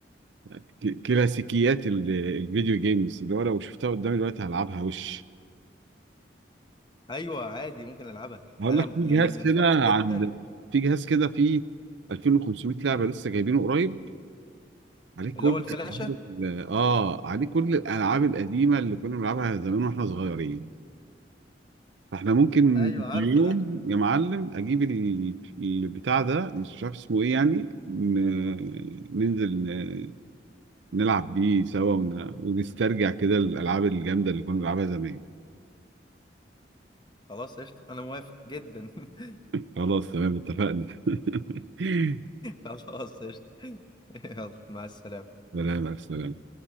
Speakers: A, on the right; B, on the left.
A: ك- كلاسيكيات ال- الفيديو جيمز اللي هو لو شفتها قدامي دلوقتي هلعبها وش
B: ايوه عادي ممكن العبها
A: هقول
B: انا
A: لك في
B: يعني
A: جهاز
B: من
A: كده
B: فتره
A: عند
B: كده
A: في جهاز كده فيه 2500 لعبه لسه جايبينه قريب عليه كل
B: اللي هو الفلاشه
A: ال- اه عليه كل الالعاب القديمه اللي كنا بنلعبها زمان واحنا صغيرين فاحنا ممكن
B: ايوه عارفه
A: يوم
B: ده
A: يا معلم اجيب ال- البتاع ده بس مش عارف اسمه ايه يعني ن- ننزل ن- نلعب بيه سوا ون- ونسترجع كده الالعاب الجامده اللي كنا بنلعبها زمان
B: خلاص قشطه انا موافق جدا <laughs>
A: خلاص تمام اتفقنا <laughs>
B: خلاص قشطه <laughs> يلا مع السلامه
A: سلام السلام